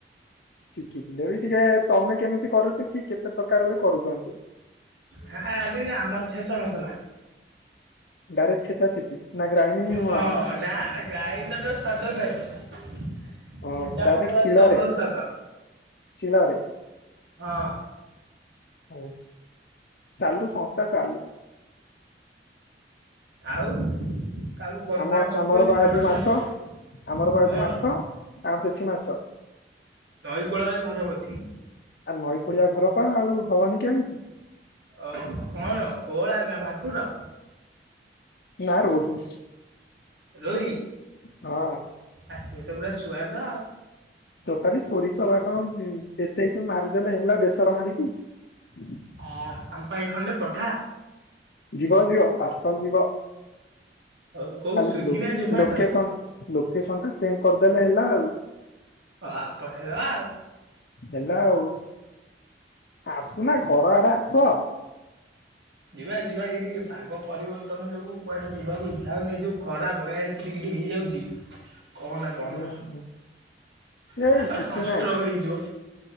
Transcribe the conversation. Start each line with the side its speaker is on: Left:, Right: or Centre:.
Left: ଶିଖିଥିଲେ ବି ଟିକେ ତମେ କେମିତି କରୁଛ କି କେତେ ପ୍ରକାରରେ କରୁଛନ୍ତି।
Right: ହରେ ଆମର ଛେଚା ମସଲା।
Left: ଡାଇରେକ୍ ଛେଚା ଛେଚି। ନା ଗ୍ରାଇଣ୍ଡିଙ୍ଗ ନୁହଁ
Right: ହଁ
Left: ଆଉ
Right: ନା ନା ଗାଇନ୍ଦର ସ୍ଵାଦ ନାହିଁ।
Left: ହଁ
Right: ଛେଚା
Left: ଡାଇରେକ୍ଟ
Right: ମସଲାରେ
Left: ଶିଳରେ
Right: ଡବଲ ସ୍ୟାଦ
Left: ଶିଳରେ
Right: ହଁ।
Left: ହଉ ଚାଲୁ ସଂସ୍ଥା ଚାଲୁ।
Right: ଆଉ କକୁ ଫୋନ୍
Left: ଆମ
Right: ଫାନ୍ କରୁଛନ୍ତି
Left: ଆମର ବା
Right: ସାଙ୍ଗଛୁଆ
Left: ଆଜି ମାଛ
Right: କିଏ
Left: ଆମର ବା ଆଜି
Right: ପବନ
Left: ମାଛ ଆଉ ଦେଶୀ ମାଛ
Right: ନଈକୂଳରେ ଘର ବୋଧେ?
Left: ଆ ନଈ କଳିଆ ଘର ପା ଆଉ ଭବନି କେମିତି?
Right: ଓ କଣ ପୋଅଳା ନା ଭାକୁର?
Left: ନା ରୋହି।
Right: ରୋଇ?
Left: ହଁ।
Right: ଆଉ ସିଏ ତ ପୁରା ଶୁଆଦ।
Left: ତୋଟାଲି ସୋରିଷ ବା କଣ ବେଶେଇକି ମାରିଦେଲେ ହେଲା ବେସର ମାରିକି। ହୁଁ <inaudible>
Right: ଆ ଆମ ପାଇଁ ଖଣ୍ଡେ ପଠା।
Left: ଯିବ ଯିବ ପାର୍ସଲ ଯିବ
Right: ଆଉ କୋଉ
Left: ଖାଲି
Right: ସ୍ଵିଗି ନା ଜୋମାଟୋ
Left: ଲୋକେସନ ଲୋକେସନ ଟା ସେଣ୍ଡ କରିଦେଲେ ହେଲା ଆଉ।
Right: ହଁ ପଠେଇଦବା ଆଉ।
Left: ହେଲା ଆଉ ଆସୁନା ଘର ଆଡେ ଆସ।
Right: ଯିବା ଯିବା ଏଇଠି ପାଗ ପରିବର୍ତ୍ତନ ଯୋଗୁ କୁଆଡେ ଯିବାକୁ ଇଛା ହଉନି ଏ ଯୋଉ ଖରା ବୟାଳି ସେ ଟିକି ଟିକେ ହେଇଯାଉଛି। କହନା କହନା
Left: ହୁଁ ହୁଁ ସେ
Right: ପୁରା ପା
Left: କିଛି
Right: ସଂଷ୍ଟ୍ରୋକ
Left: ନାଇଁ
Right: ହେଇଯିବ।